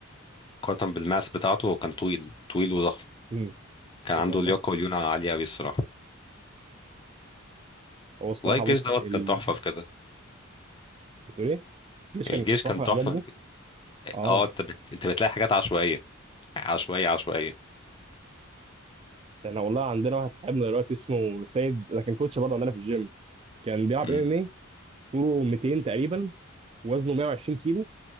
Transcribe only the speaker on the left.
مقارنة بالماس بتاعته هو كان طويل طويل وضخم
كان
عنده
لياقة وليونة عالية أوي الصراحة
والله الجيش
دوت
كان تحفة في كده
الجيش كان
تحفة
اه انت بت... انت بتلاقي حاجات عشوائية عشوائية عشوائية
امم